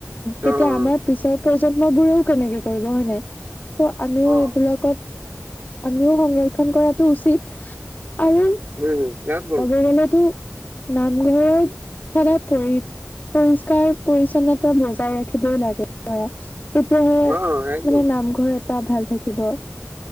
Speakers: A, on the right (about 45°); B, on the left (about 40°).
A: হম
B: তেতিয়া আমাৰ পিছৰ প্ৰজন্ম বোৰেও কেনেকে কৰিব হয় নাই ত' আমিও
A: অ অ অ
B: এইবিলাকত আমিও সংৰক্ষন কৰাটো উচিত আৰু
A: উম একদম
B: ক'ব গলেতো নামঘৰত সদায় পৰি পৰিষ্কাৰ-পৰিচ্ছন্নতা বজাই ৰাখিবই লাগে ধৰা তেতিয়াহে
A: অ একদম
B: মানে নামঘৰ এটা ভাল থাকিব